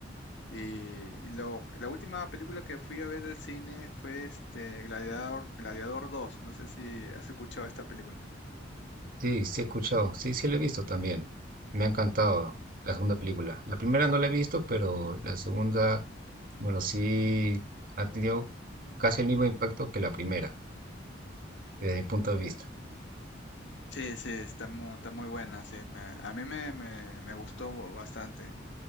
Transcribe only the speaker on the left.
Y, y lo- la última película que fui a ver al cine fue este Gladiador, Gladiador dos. No sé si has escuchado esta película.
Sí, sí, está muy, está muy buena, sí, me- a mí me, me, me gustó bastante.